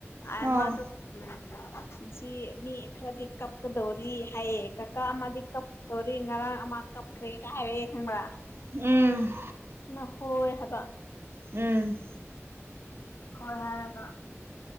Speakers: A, on the left; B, on the right.
A: ꯑꯦ
B: ꯑꯥ
A: ꯃꯥꯗꯨ- ꯎꯝ ꯉꯁꯤ ꯃꯤ ꯈ꯭ꯔꯗꯤ ꯀꯞꯀꯗꯧꯔꯤ ꯍꯥꯏꯌꯦ ꯀꯥꯀꯥ ꯑꯃꯗꯤ ꯀꯞ ꯗꯣꯔꯤ ꯉꯔꯥꯡ ꯑꯃ ꯀꯞꯈ꯭ꯔꯦ ꯀꯥ ꯍꯥꯏꯔꯛꯑꯦ ꯈꯪꯕ꯭ꯔꯥ
B: ꯎꯝ
A: ꯅꯍꯣꯏ ꯍꯥꯏꯕ
B: ꯎꯝ
A: ꯍꯣꯏ ꯍꯥꯏꯔꯒ